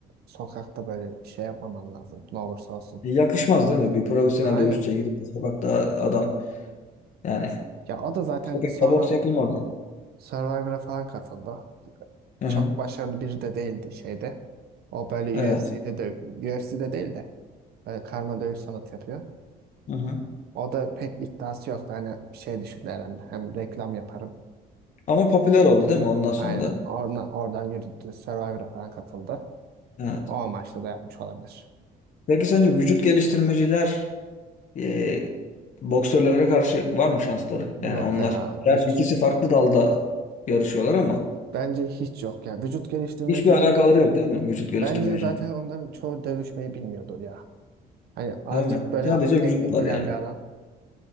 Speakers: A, on the right; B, on the left.
A: sokakta böyle şey yapmaman lazım. Ne olursa olsun.
B: E, Yakışmaz değil mi? Bir profesyonel
A: Aynen.
B: dövüşçüye gidip de sokakta adam yani
A: Ya o da zaten
B: sokakta
A: sonra
B: boks yapılmaz yani.
A: Survivor'a falan katıldı.
B: Hı
A: Çok
B: hı.
A: başarılı biri de değildi şeyde. O
B: Evet.
A: böyle UFC'de de UFC'de değil de böyle karma dövüş sanatı yapıyor.
B: Hı hı.
A: O da pek iddiası yoktu. Hani şey düşündü herhalde. Hem reklam yaparım.
B: Ama popüler oldu değil mi ondan sonra
A: Aynen.
B: da?
A: Oradan, oradan yürüdü. Survivor'a falan katıldı.
B: Evet.
A: O amaçla da yapmış olabilir.
B: Peki sence vücut geliştirmeciler e, boksörlere karşı var mı şansları?
A: Yok
B: Yani onlar
A: ya.
B: gerçi
A: Hiç.
B: ikisi farklı dalda yarışıyorlar ama
A: Bence hiç yok ya. Vücut geliştirmecinin
B: hiçbir alakaları yok değil mi vücut geliştirmecinin?
A: bence zaten onların çoğu dövüşmeyi bilmiyordur ya. Hani azıcık
B: Değil mi?
A: böyle
B: Sadece
A: teknik
B: vücut var
A: bilen
B: yani.
A: bir adam.